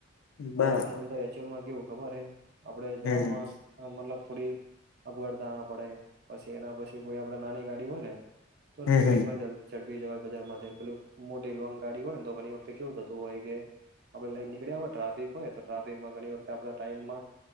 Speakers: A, on the left; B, on the right.
A: બરાબર
B: આપડે અમ્મ તો એચ્યુલમાં કેવું ખબર હે, આપડે જવામાં
A: હમ
B: મતલબ થોડી અગવડતા પડે. પસી એના પસી કોઈ આપડે નાની ગાડી હોય ને, તો
A: હમ
B: નીકળી
A: હમ
B: પણ જ ઝડપી જવાય બજાર માંથે પેલું મોટી લોન ગાડી હોય ન, તો ઘની વખતે કેવું થતું હોય કે આપણે લઈ નીકળી આવો ટાટ. <unintelligible> હોયે થતા, ટ્રાફીકમાં ઘણી વખતે આપણે ટાઈમમાં